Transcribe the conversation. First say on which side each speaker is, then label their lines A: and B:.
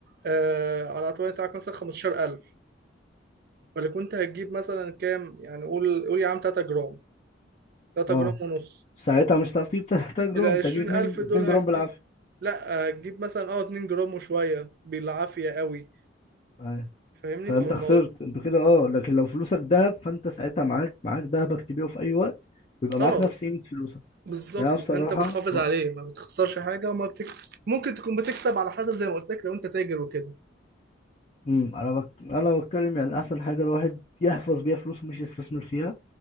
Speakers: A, on the right (about 55°); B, on the left (about 35°).
A: آه على اعتبار انت معاك مثلا 15000 فاللي كنت هتجيب مثلا كام يعني قول قول يا عم 3 جرام 3
B: اه
A: جرام ونص
B: ساعتها مش هتعرف تجيب 3 جرام
A: ال 20000
B: انت هتجيب 2
A: دول
B: 2
A: هتجيب
B: جرام بالعافية
A: لا هتجيب مثلا اه 2 جرام وشوية بالعافية قوي
B: ايوه
A: فاهمني
B: فانت
A: فالموضوع
B: خسرت انت كده اه لكن لو فلوسك ذهب فانت ساعتها معاك معاك ذهبك تبيعه في اي وقت ويبقى معاك
A: اه
B: نفس قيمة فلوسك
A: بالظبط
B: يعني انا بصراحة
A: فانت بتحافظ
B: ب...
A: عليه ما بتخسرش حاجه وما بتك... ممكن تكون بتكسب على حسب زي ما قلت لك لو انت تاجر وكده
B: امم انا بك... انا بتكلم يعني احسن حاجة الواحد يحفظ بيها فلوسه مش يستثمر فيها